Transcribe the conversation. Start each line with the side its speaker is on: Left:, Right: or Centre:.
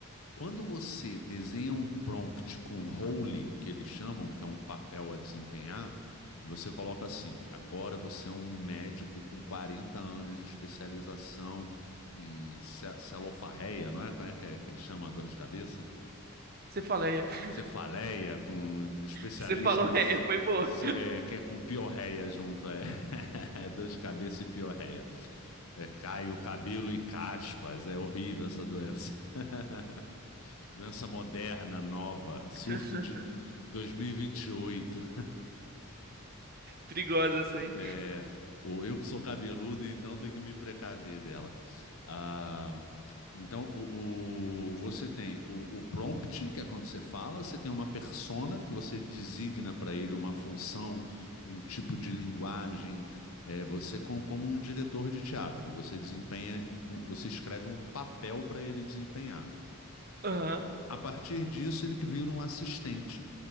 Left: Quando você desenha um prompt com role, que eles chamam, que é um papel a desempenhar, você coloca assim: agora você é um médico com 40 anos de especialização em ce- celofarreia, não é? Como é que, é que chama a dor de cabeça?
Right: Você faleia.
Left: Cefaleia,
Right: <laughs>
Left: com especialista
Right: Você falou,
Left: em s-
Right: é, foi boa.
Left: se- é, que é com piorreia junto, é. <laughs> Dor de cabeça e piorreia. É, cai o cabelo e caspas, é horrível essa doença. <laughs> Doença moderna, nova, surto
Right: <laughs>
Left: de 2028.
Right: Perigosa essa aí.
Left: É, o eu que sou cabeludo, então tenho que me precaver dela. Ah, então, o, o- você tem o, o prompt, que é quando você fala, você tem uma persona que você designa para ele uma função, um tipo de linguagem. É, você, com- como um diretor de teatro, você desempenha, um- você escreve um papel para ele desempenhar.
Right: Aham.
Left: A partir disso, ele que vira um assistente.